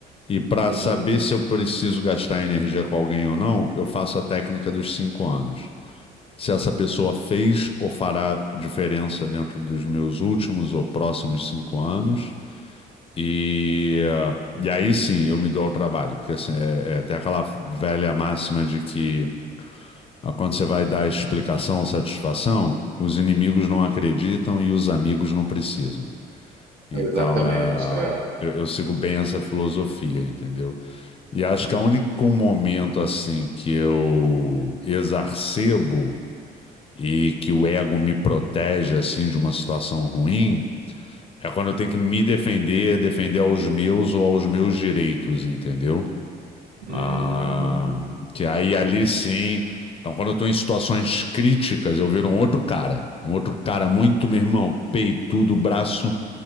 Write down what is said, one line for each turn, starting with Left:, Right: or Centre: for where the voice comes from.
Left: E para
Right: Uhum,
Left: saber se eu preciso gastar energia com alguém ou não, eu faço a técnica dos cinco anos. Se essa pessoa fez ou fará diferença dentro dos meus últimos ou próximos cinco anos. E, ah, e aí sim eu me dou ao trabalho, porque assim, é, é, tem aquela velha máxima de que ah, quando você vai dar explicação ou satisfação, os inimigos não acreditam e os amigos não precisam. Então,
Right: exatamente.
Left: é,
Right: É.
Left: eu, eu sigo bem essa filosofia, entendeu? E acho que o único momento assim que eu exarcebo e que o ego me protege assim de uma situação ruim é quando eu tenho que me defender, defender aos meus ou aos meus direitos, entendeu?
Right: Hum,
Left: Ah, que aí ali sim. Então, quando eu estou em situações críticas, eu viro um outro cara, um outro cara muito, meu irmão, peito, do braço